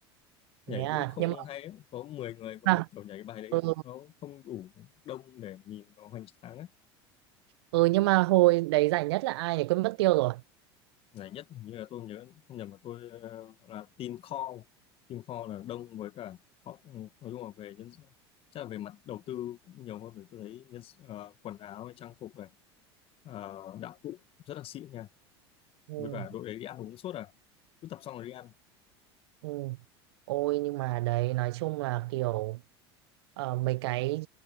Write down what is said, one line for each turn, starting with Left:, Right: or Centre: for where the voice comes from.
Left: <laughs> nhảy
Right: Thế à,
Left: cũng không
Right: nhưng mà
Left: hay ấy. Có 10 người mà
Right: à,
Left: kiểu nhảy cái bài đấy
Right: ừ.
Left: nó không đủ đông để nhìn nó hoành tráng ấy.
Right: ừ nhưng mà hồi đấy giải nhất là ai nhỉ quên mất tiêu rồi
Left: ngày nhất hình như là tôi nhớ không nhầm là tôi ờ, hoặc là team call team call là đông với cả họ ừ, nói chung là về nhân chắc là về mặt đầu tư cũng nhiều hơn bởi tôi thấy nhân sự- ờ, quần áo hay trang phục này ờ, đạo cụ rất là xịn nha
Right: ừ,
Left: với cả đội đấy đi ăn uống suốt à cứ tập xong rồi đi ăn
Right: ừ. ôi nhưng mà đấy nói chung là kiểu ờ, mấy cái